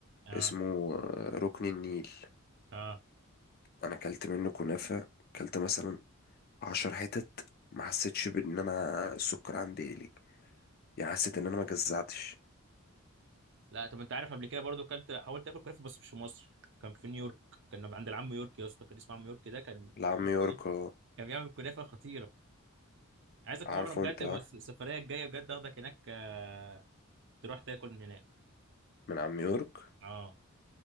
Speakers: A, on the right; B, on the left.
A: اه
B: اسمه آه، ركن النيل
A: اه
B: انا اكلت منه كنافه اكلت مثلا عشر حتت ما حسيتش بان انا السكر عندي قلي يعني حسيت ان انا ما جزعتش
A: لا طب انت عارف قبل كده برضو كلت حاولت اكل كنافه بس مش في مصر كان في نيويورك كان عند العم يورك يا اسطى كان اسمه عم يورك ده كان
B: لعم يورك اه
A: <laughs> كان بيعمل كنافه خطيره عايزك
B: عارفه
A: في مره بجد
B: انت
A: بس
B: آه؟
A: السفريه الجايه بجد اخدك هناك آه، تروح تاكل من هناك
B: من عم يورك
A: اه